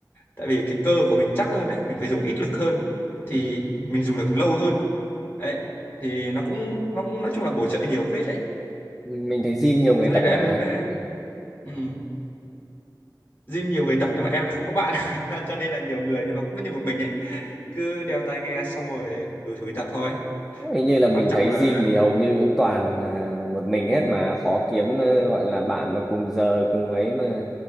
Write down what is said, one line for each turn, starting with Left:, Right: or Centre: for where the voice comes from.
Left: tại vì cái cơ của mình chắc hơn đấy mình phải dùng ít lực hơn thì
Centre: ừ.
Left: mình dùng được lâu hơn đấy thì nó cũng nó cũng nói chung là bổ trợ nhiều phết đấy
Centre: Mình thấy gym nhiều người
Left: cho nên
Centre: tập
Left: là
Centre: mà
Left: em mới-
Centre: ừ.
Left: ừm, gym nhiều người tập nhưng mà em lại không có bạn <laughs> cho nên là nhiều người nhưng mà cũng như một mình ấy cứ đeo tai nghe xong rồi lủi thủi tập thôi
Centre: Hình như là mình
Left: quan trọng
Centre: thấy
Left: là
Centre: gym thì hầu như cũng toàn à, một mình hết mà khó kiếm à, gọi là bạn mà cùng giờ cùng ấy mà